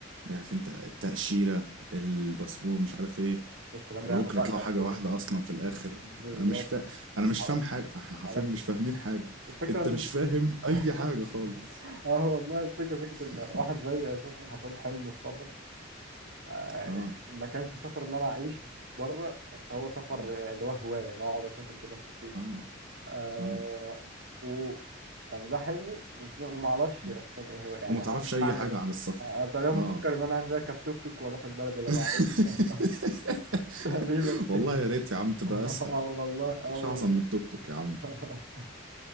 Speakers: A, on the right (about 80°); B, on the right (about 65°).
A: مش عارف انت التأشيرة الباسبور مش عارف ايه
B: والكلام ده
A: ولا
B: ياخد
A: ممكن
B: وقت
A: يطلعوا
B: قد
A: حاجة واحدة
B: إيه
A: أصلا في الآخر
B: بالظبط
A: أنا مش فا... أنا مش
B: معرفش
A: فاهم حاجة فاحنا حرفيا
B: معرفش
A: مش فاهمين حاجة
B: الفكرة
A: أنت مش فاهم أي حاجة
B: <laughs>
A: خالص
B: اه والله الفكرة فكرة ان
A: <laughs>
B: واحد زي اساسا حرفيا حلمه السفر آه،
A: اه
B: ما كانش سفر ان انا اعيش بره فهو سفر
A: اه
B: آه، اللي هو هواية ان أنا اقعد اسافر بلاد كتير
A: اه
B: آه
A: اه
B: و يعني ده حلمي وفي- وما اعرفش
A: مم.
B: اساسا ايه هو يعني
A: وما تعرفش
B: هعمل
A: أي
B: هعمل
A: حاجة
B: ايه
A: عن السفر
B: آه، تقريبا
A: اه
B: مفكر ان انا هنزل اركب توك توك واروح البلد اللي
A: <laughs>
B: انا عايزها <laughs> تقريبا
A: والله يا ريت يا عم تبقى
B: اه
A: أسهل
B: والله اه
A: مفيش أعظم
B: والله
A: من التوك توك يا عم
B: <laughs>